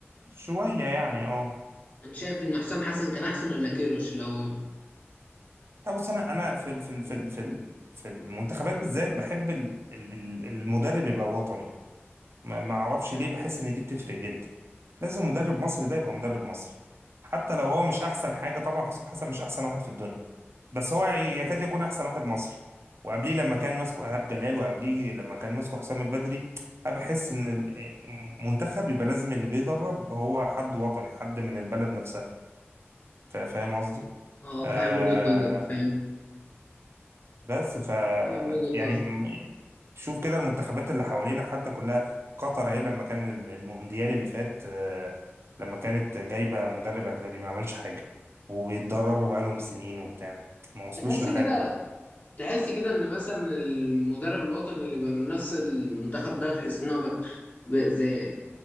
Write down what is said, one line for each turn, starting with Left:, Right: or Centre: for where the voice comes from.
Right: شويه يعني اه
Left: انت شايف ان حسام حسن كان احسن ولا كيروش لو
Right: لا بص انا انا في ال- في ال- في ال- في ال- في المنتخبات بالذات بحب ال- ال- ال- المدرب يبقى وطني ما ما اعرفش ليه بحس ان دي بتفرق جدا لازم مدرب مصري ده يبقى مدرب مصري حتى لو هو مش احسن حاجه طبعا حسام حسن مش احسن واحد في الدنيا بس هو يكاد يكون احسن واحد مصري وقبليه لما كان ماسكه ايهاب جلال وقبليه لما كان ماسكه حسام البدري انا بحس ان ال- منتخب يبقى لازم اللي بيدرب هو حد وطني حد من البلد نفسها فا- فاهم قصدي
Left: اه
Right: آه
Left: فاهم وجهه نظرك فاهم
Right: بس ف
Left: فاهم وجهه
Right: يعني
Left: نظرك
Right: م- شوف كده المنتخبات اللي حوالينا حتى كلها قطر اهي لما كان ال- المونديال اللي فات آه لما كانت جايبة مدرب اجنبي ما عملش حاجة وبيتدربوا بقالهم سنين وبتاع ما وصلوش
Left: تحس
Right: لحاجة
Left: كده
Right: برضه
Left: تحس كده ان مثلا المدرب الوطني اللي بقى من نفس المنتخب ده تحس ان هو بقى بقى زي